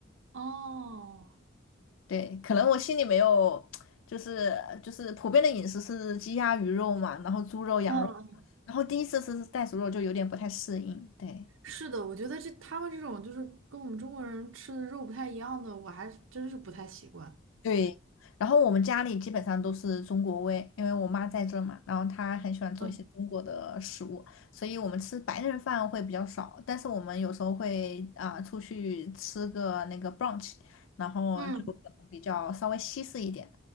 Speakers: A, on the right (about 75°); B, on the left (about 70°).
A: 哦，
B: <laughs> 对，可能我心里没有，就是就是普遍的饮食是鸡鸭鱼肉嘛，然后猪肉羊肉，
A: 嗯，
B: 然后第一次吃袋鼠肉就有点不太适应，对。
A: 是的，我觉得这他们这种就是跟我们中国人吃的肉不太一样的，我还真是不太习惯。
B: 对，然后我们家里基本上都是中国味，因为我妈在这儿嘛，然后她很喜欢做一些中国的食物，
A: 嗯，
B: 所以我们吃白人饭会比较少，但是我们有时候会啊、出去吃个那个 brunch，然后就可能比较稍微西式一点，
A: 嗯。